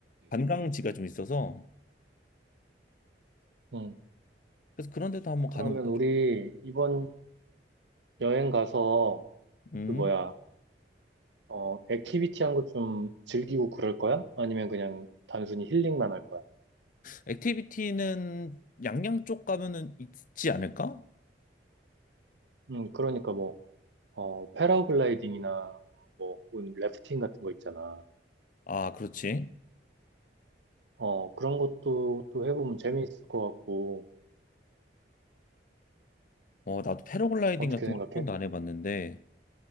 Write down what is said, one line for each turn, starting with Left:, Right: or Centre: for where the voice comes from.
Left: 관광지가 좀 있어서
Right: 음,
Left: 그래서 그런 데도 한번
Right: 그러면
Left: 가는 것도
Right: 우리
Left: 좋
Right: 이번 여행 가서,
Left: 음.
Right: 그 뭐야, 어, 액티비티 한 거 좀 즐기고 그럴 거야? 아니면 그냥 단순히 힐링만 할 거야?
Left: 액티비티는 양양 쪽 가면은 있지 않을까?
Right: 음, 그러니까 뭐, 어, 패러글라이딩이나 뭐, 혹은 래프팅 같은 거 있잖아.
Left: 아, 그렇지.
Right: 어, 그런 것도 또 해보면 재미있을 것 같고,
Left: 어, 나도 패러글라이딩
Right: 어떻게
Left: 같은
Right: 생각해?
Left: 거 한 번도 안 해봤는데